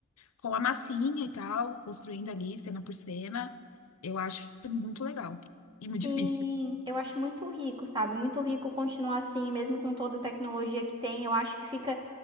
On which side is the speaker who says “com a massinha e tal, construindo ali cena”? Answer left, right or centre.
Left